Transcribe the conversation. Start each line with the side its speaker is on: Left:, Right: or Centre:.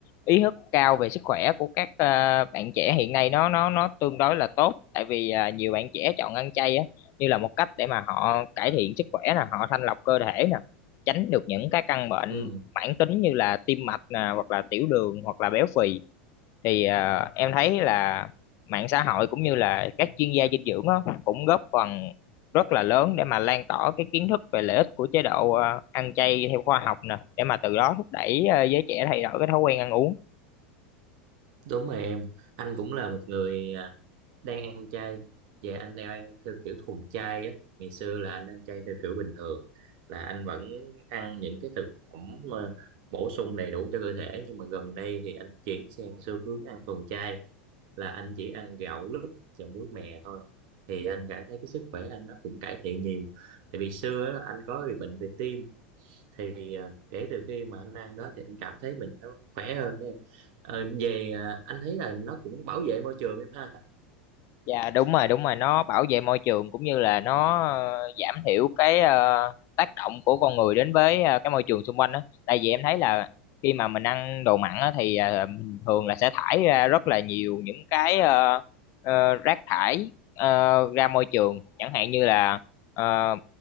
Left: ý thức cao về sức khỏe của các à, bạn trẻ hiện nay nó nó nó tương đối là tốt tại vì à, nhiều bạn trẻ chọn ăn chay á như là một cách để mà họ cải thiện sức khỏe nè họ thanh lọc cơ thể nè tránh được những cái căn bệnh
Right: ừ,
Left: mãn tính như là tim mạch nè hoặc là tiểu đường hoặc là béo phì thì à, em thấy là mạng xã hội cũng như là các chuyên gia dinh dưỡng á, cũng góp phần rất là lớn để mà lan tỏa cái kiến thức về lợi ích của chế độ à, ăn chay theo khoa học nè để mà từ đó thúc đẩy à, giới trẻ thay đổi cái thói quen ăn uống
Right: đúng rồi em anh cũng là một người à, đang ăn chay dạ anh đang ăn theo kiểu thuần chay á ngày xưa là anh ăn chay theo kiểu bình thường là anh vẫn ăn những cái thực phẩm mà bổ sung đầy đủ cho cơ thể nhưng mà gần đây thì anh chuyển sang xu hướng ăn thuần chay là anh chỉ ăn gạo lứt và muối mè thôi thì anh cảm thấy cái sức khỏe anh nó cũng cải thiện nhiều tại vì xưa á, là anh có bị bệnh về tim thì à, kể từ khi mà anh ăn đó thì anh cảm thấy mình nó khỏe hơn đấy em Ờ, về à, anh thấy là nó cũng bảo vệ môi trường em ha
Left: Dạ đúng rồi đúng rồi nó bảo vệ môi trường cũng như là nó ờ, giảm thiểu cái ờ, tác động của con người đến với ờ, cái môi trường xung quanh đó. Tại vì em thấy là khi mà mình ăn đồ mặn á, thì ờ, mình thường là sẽ thải ra rất là nhiều những cái ờ, ờ, rác thải ờ, ra môi trường chẳng hạn như là ờ,